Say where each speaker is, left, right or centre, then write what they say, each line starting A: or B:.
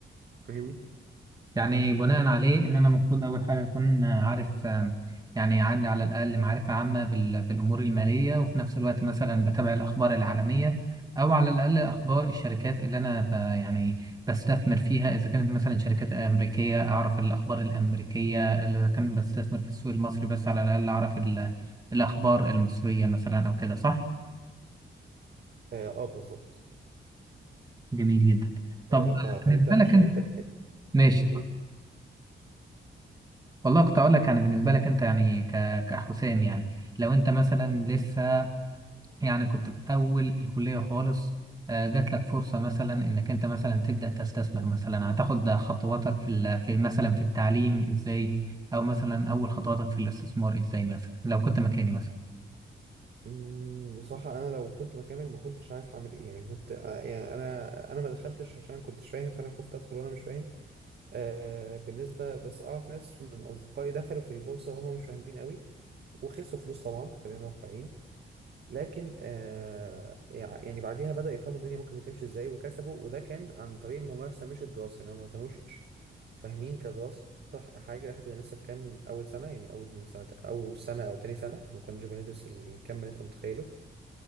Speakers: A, on the right (about 55°); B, on the right (about 20°).
A: فاهمني؟
B: يعني بناء عليه ان انا المفروض اول حاجه اكون عارف آم، يعني عندي على الاقل معرفه عامه بال- بالامور الماليه وفي نفس الوقت مثلا بتابع الاخبار العالميه او على الاقل اخبار الشركات اللي انا ب يعني بستثمر فيها اذا كانت مثلا شركات امريكيه اعرف الاخبار الامريكيه اذا كان بستثمر في السوق المصري بس على الاقل اعرف ال- الاخبار المصريه مثلا او كده صح
A: اه آه، بالظبط
B: جميل جدا طب
A: آه، ف- فانت
B: بالنسبه
A: عشان
B: لك انت
A: انت
B: ماشي
A: م، قول
B: والله كنت اقول لك يعني بالنسبه لك انت يعني ك- كحسام يعني لو انت مثلا لسه يعني كنت في اول الكليه خالص آه، جات لك فرصه مثلا انك انت مثلا تبدا تستثمر مثلا هتاخد خطواتك في ال- في مثلا في التعليم ازاي او مثلا اول خطواتك في الاستثمار ازاي مثلا لو كنت مكاني مثلا
A: مم، بصراحة أنا لو كنت مكانك ما كنتش عارف هعمل إيه يعني كنت آه، يعني أنا أنا ما دخلتش عشان ما كنتش فاهم فأنا خفت أدخل وأنا مش فاهم آه بالنسبة بس أعرف ناس من أصدقائي دخلوا في البورصة وهم مش فاهمين قوي وخسروا فلوس طبعا خلينا واقعيين لكن آه يع- يعني بعديها بدأوا يفهموا الدنيا ممكن بتمشي إزاي وكسبوا وده كان عن طريق الممارسة مش الدراسة يعني هم ما كانوش فاهمين كدراسة حاجة احنا كنا لسه في كام أول سنة يعني أول سنة أول سنة أو تاني سنة فما كناش بندرس الكم اللي أنت متخيله